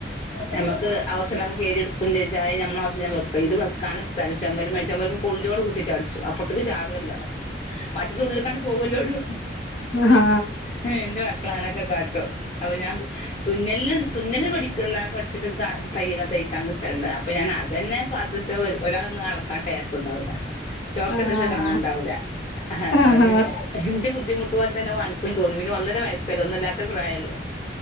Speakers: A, on the left; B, on the left.
A: നമ്മക്ക് ആവശ്യണ്ടാവുമ്പോ കേറി ചെജ്ജ അയ് ഞമ്മള ആവശ്യം വെക്ക ഇത് വെക്കാന സ്ഥലം ചൊമര്മെ ചോമര്മ കൊള്ളിയോണ്ട് കുത്തിചാട്ച്ചും പ്പൊർത്ത്ക്ക്‌ ചാടൊല്ലോ മറ്റത് ഉള്ള്ക്കാണ്ട് പോവല്ലോള്ളൂ
B: ഹാ
A: അ എന്റെ മക്കളാ അങ്ങനൊക്കെ കാട്ടോ അപ്പോ ഞാൻ തുന്നൽ ന് തുന്നല് പഠിക്കുന്ന പട്ച്ചിട്ട് ത തയ്യല് തയ്ക്കാൻ കിട്ടൽണ്ട് അപ്പോ ഞാൻ അതന്നെ പ ഒരളന്നാ അളക്കാൻ ടേപ്പ് ഉണ്ടാവൂല ചോക്കന്നെച്ച
B: ആഹ്
A: കാണാൻ ഇണ്ടാവൂല അ <unintelligible>
B: ആഹ്
A: ഇന്റെ ബുദ്ധിമുട്ട് പോൽ തന്നെ അൻക്കും തോന്ന പിന്നെ ഒന്നര വയസ്സല്ലേ ഒന്നുല്ലാത്ത പ്രായല്ലേ